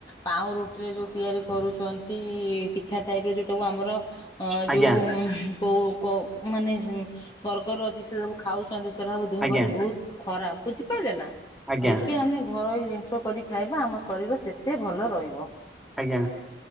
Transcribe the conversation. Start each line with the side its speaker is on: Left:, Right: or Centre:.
Left: ପାଉଁ ରୁଟିରେ ଯେଉଁ ତିଆରି କରୁଛନ୍ତି ପିଠା ଟାଇପରେ ଯେଉଁଟାକୁ ଆମର ଅ
Centre: ଆଜ୍ଞା
Left: ଯୋଉ କଉ କୋଉ ମାନେ ବର୍ଗର ଅଛି ସେ ସବୁ ଖାଉଛନ୍ତି। ଦେହ
Centre: ଆଜ୍ଞା
Left: ପ୍ରତି ବହୁତ ଖରାପ ବୁଝିପାରିଲେ ନା
Centre: ଆଜ୍ଞା
Left: ଯେମିତି ଆମେ ଘରଇ ସବୁ କରି ଖାଇବା ଆମ ଶରୀର ସେତେ ଭଲ ରହିବ।
Centre: ଆଜ୍ଞା